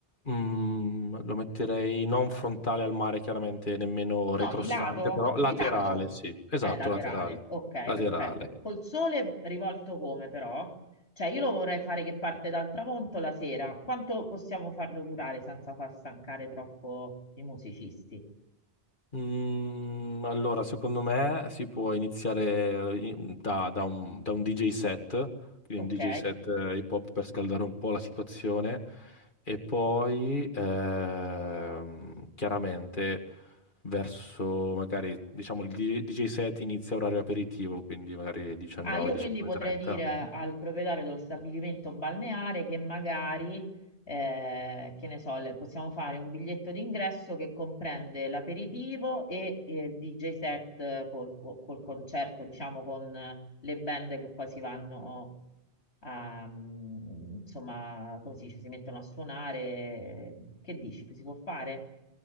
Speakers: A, on the left; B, on the left.
A: mm, lo metterei non frontale al mare, chiaramente nemmeno
B: No,
A: retrostante,
B: di lato,
A: però
B: di
A: laterale,
B: lato.
A: sì, esatto,
B: Eh, laterale.
A: laterale,
B: Ok,
A: laterale.
B: perfetto. Col sole rivolto come però? Cioè, io lo vorrei fare che parte dal tramonto la sera. Quanto possiamo farlo durare senza far stancare troppo i musicisti?
A: Mm, allora, secondo me si può iniziare eh, in- da, da un, da un DJ set, quindi
B: Ok?
A: un DJ set eh, hip hop per scaldare un po' la situazione e poi ehm, chiaramente verso magari diciamo il DJ, set inizia orario aperitivo, quindi magari 19,
B: Ah, io
A: 19.30.
B: quindi potrei dire a- al proprietario dello stabilimento balneare che magari, eh, che ne so, le- possiamo fare un biglietto d'ingresso che comprende l'aperitivo e eh, il DJ set eh, col, col- col concerto, diciamo, con eh, le band che poi si vanno a, mm, insomma, come si dice, si mettono a suonare. Che dici? Si può fare?